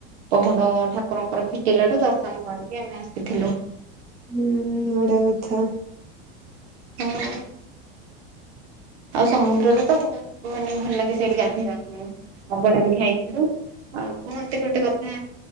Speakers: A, on the right; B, on the right.
A: ପହଡ ଠାକୁରଙ୍କର ଫିଟିଲାଠୁ ଦର୍ଶନ କରିକି ଆମେ ଆସିଥିଲୁ।
B: ହୁଁ ବଢିଆ କଥା।
A: ହଁ। ଆଉ ସମୁଦ୍ରରେ ତ ମାନେ ଭଲ ଲାଗେ ସେଇଠି ଗାଧୋଇବାକୁ ଆବଡ଼ା ବି ଖାଇଥିଲୁ। ଆଉ କୁହନ୍ତି ଗୋଟେ କଥା